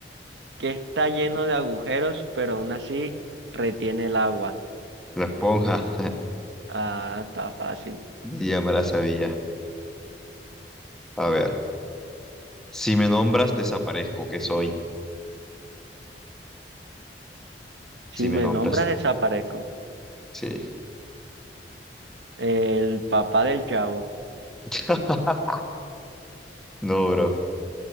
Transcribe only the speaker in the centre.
la esponja, <laughs>
ya me la sabía. A ver, si me nombras, desaparezco, ¿qué soy?
Si me
nombras,
sí.
<laughs> No, bro,